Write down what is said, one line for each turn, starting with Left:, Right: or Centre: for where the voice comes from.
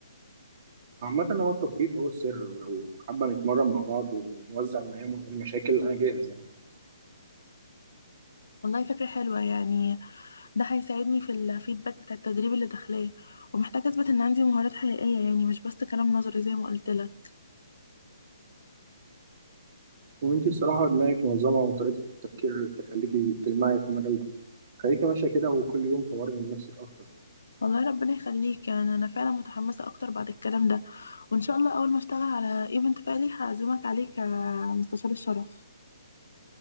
Right: عامة هو التفويض هو السر ولو حابة نتمرن مع بعض ونوزع المهام ونحل مشاكل أنا جاهز يعني
Left: والله فكرة حلوة يعني ده هيساعدني في الفيدباك بتاع التدريب اللي داخلاه ومحتاجة اثبت ان عندي مهارات حقيقية يعني مش بس كلام نظري زي ما قلت لك
Right: وأنتي الصراحة دماغك منظمة وطريقة التفكير تخليكي تلمعي في المجال ده خليكي ماشية كده وكل يوم طوري من نفسك أكتر
Left: والله ربنا يخليك يعني انا فعلا متحمسه اكتر بعد الكلام ده وان شاء الله اول ما اشتغل على ايفنت فعلي هعزمك عليه كمستشار الشرف